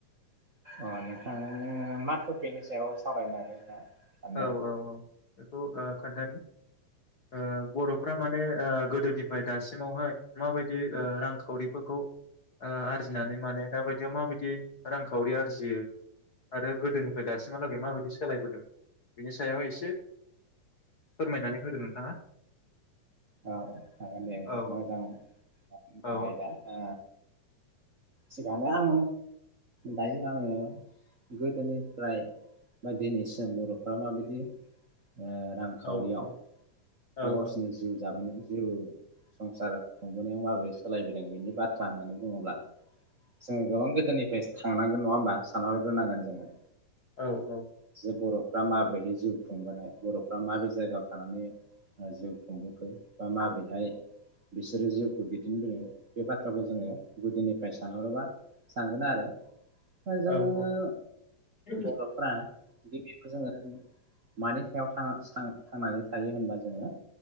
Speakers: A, on the right; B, on the left.
A: अ नोंथां मा टपिकनि सायाव सावरायनो नागिरदों नोंथाङा सान्दों
B: औ औ औ बेखौ ओ खोन्थानो ओ बर'फ्रा माने गोदोनिफ्राय दासिमावहाय माबायदि रांखावरिफोरखौ आरजिनानै माने दाबायदियाव माबायदि रांखावरि आरजियो आरो गोदोनिफ्राय दासिमहालागै माबायदि सोलायबोदों बिनि सायाव एसे फोरमायनानै होदो नोंथाङा
A: औ हागोनदे नोंथां
B: औ
A: मोजां मोजां
B: औ
A: आयदा ओ सिखानो आं दायो आङो गोदोनिफ्राय बा दिनैसिम बर'फ्रा माबायदि ओ रांखावरियाव
B: औ औ औ
A: बा गावसिनि
B: औ
A: जाबोनाय जिउ संसार खुंबोनायाव माबोरै सालायबोदों बेनि बाथ्रा होननानै बुङोब्ला जोङो गोबां गोदोनिफ्राय थांनांगोन नङा होमबा सानहरग्रोनांगोन जोङो
B: औ औ
A: जे बर'फ्रा माब्रैहै जिउ खुंबोनाय बर'फ्रा माब्रै जायगायाव थानानै जिउ खुंदो बा माबोरैहाय बिसोरो जिउखौ दैदेनबोनो बे बाथ्राखौ जोङो गोदोनिफ्राय सानहरोबा सानगोन आरो ओ जोङो
B: औ औ औ
A: बर'फ्रा बेखौ जोङो मानि सायाव थां सां थांनानै थायो होनबा जोङो